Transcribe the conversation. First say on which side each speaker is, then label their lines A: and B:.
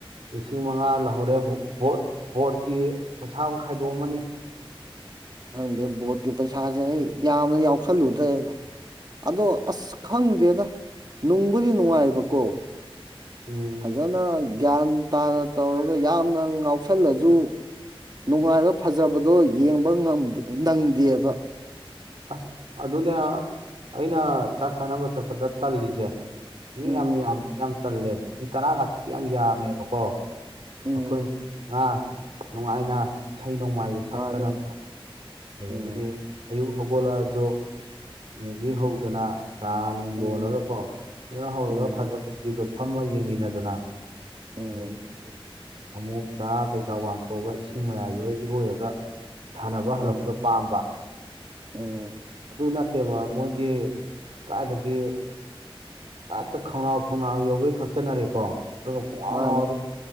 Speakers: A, on the right; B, on the right.
A: ꯂꯤꯁꯤꯡ ꯃꯉꯥ ꯂꯧꯍꯧꯔꯦ ꯕꯣꯠ ꯕꯣꯔꯠꯀꯤ ꯄꯩꯁꯥ ꯑꯃ ꯈꯥꯏꯗꯣꯛꯑꯃꯅꯤ
B: ꯁꯪꯗꯦ ꯕꯣꯠꯀꯤ ꯄꯩꯁꯥꯁꯦ ꯑꯩ ꯌꯥꯝꯅ ꯌꯥꯎꯁꯜꯂꯨꯗ꯭ꯔꯦ ꯑꯗꯣ ꯑꯁ ꯈꯪꯗꯦꯗ ꯅꯨꯡꯕꯨꯗꯤ ꯅꯨꯡꯉꯥꯏꯕꯀꯣ
A: ꯎꯝ
B: ꯐꯖꯅ ꯒ꯭ꯌꯥꯟ ꯇꯥꯅ ꯇꯧꯔꯒ ꯌꯥꯝꯅ ꯉꯥꯎꯁꯜꯂꯁꯨ ꯅꯨꯡꯉꯥꯏꯕ ꯐꯖꯕꯗꯣ ꯌꯦꯡꯕ ꯉꯝ ꯅꯪꯗꯦꯕ
A: ꯑꯁ ꯑꯗꯨꯅꯦ ꯑꯥ ꯑꯩꯅ ꯆꯥꯛ ꯆꯥꯅꯕ ꯆꯠꯄꯗ ꯇꯜꯂꯤꯁꯦ ꯃꯤ
B: ꯎꯝ
A: ꯌꯥꯝ ꯌꯥꯝ ꯌꯥꯝꯇꯜꯂꯦꯕ ꯃꯤ ꯇꯔꯥ ꯒꯠꯇꯨꯗꯤ ꯌꯥꯝ ꯌꯥꯝꯃꯦꯕꯀꯣ
B: ꯎꯝ
A: ꯑꯩꯈꯣꯏ ꯉꯥ ꯅꯨꯡꯉꯥꯏꯅ ꯏꯁꯩꯅꯣꯡꯃꯥꯏꯗ ꯁꯛꯇꯅꯀꯣ
B: ꯃꯥꯅꯦ
A: ꯑꯗꯒꯤꯗꯤ
B: ꯎꯝ
A: ꯑꯌꯨꯛ ꯍꯧꯒꯣꯠꯂꯛꯑꯁꯨ ꯃꯦꯒꯤ ꯍꯧꯗꯅ ꯆꯥꯅꯨꯡ
B: ꯎꯝ
A: ꯂꯣꯜꯂꯒꯀꯣ ꯑꯖꯅ ꯍꯧꯔꯒ
B: ꯎꯝ
A: ꯐꯖꯕ ꯄꯤꯕ ꯐꯝꯃ ꯌꯦꯡꯃꯤꯟꯅꯗꯅ
B: ꯎꯝ
A: ꯔꯣꯟ ꯄꯦ ꯑꯃꯨꯛ ꯆꯔꯥ ꯀꯩꯀꯥ ꯋꯥꯟꯊꯣꯑꯒ ꯏꯁꯤꯡ ꯃꯌꯥꯏꯗꯨꯗ ꯏꯔꯣꯏꯔꯒ ꯁꯥꯟꯅꯕ ꯍꯜꯂꯛ
B: ꯎꯝ
A: ꯗꯣ ꯄꯥꯝꯕ
B: ꯎꯝ
A: ꯑꯗꯨꯅ ꯇꯦꯕ ꯃꯣꯏꯗꯤ ꯀꯥꯏꯗꯒꯤ ꯍꯛꯇ ꯈꯣꯡꯅꯥꯎ ꯈꯣꯡꯅꯥꯎ ꯊꯛꯆꯟꯅꯔꯦꯀꯣ ꯑꯗꯨꯒ ꯄꯨꯉꯧ
B: ꯃꯥꯅꯦ
A: ꯉꯧꯔ